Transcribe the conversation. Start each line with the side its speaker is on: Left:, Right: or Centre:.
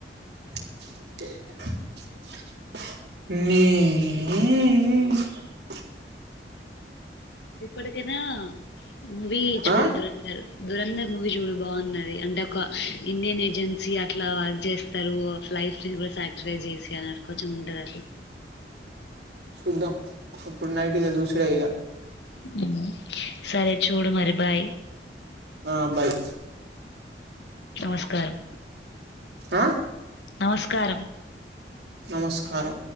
Right: నీ నీ నీయీ
Left: ఇప్పటికైనా మూవీ చూడు
Right: ఆ
Left: దూరందర్ దురంధర్ మూవీ చూడు బాగున్నది అంటే ఒక ఇండియన్ ఏజెన్సీ అట్లా వర్క్ చేస్తారు అట్లా లైఫ్ కూడా సాక్రిఫైస్ చేసి అ కొంచెం ఉంటంది అట్లా
Right: సుదం ఇప్పుడు నైట్ కె చూసుడే ఇగ
Left: హ్మ్ సరే చూడు మరి బాయ్
Right: ఆ బాయ్
Left: నమస్కారం
Right: ఆ
Left: నమస్కారం
Right: నమస్కారం